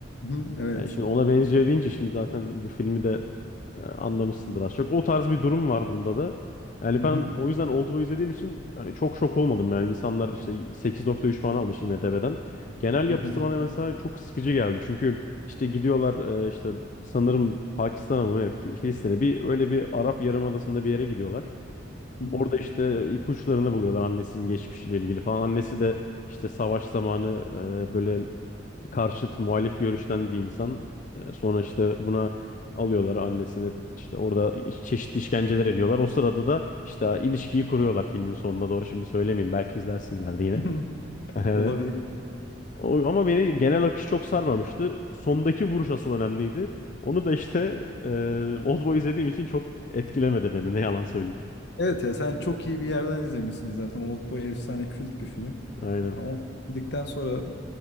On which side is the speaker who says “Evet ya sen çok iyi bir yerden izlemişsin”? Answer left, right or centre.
Left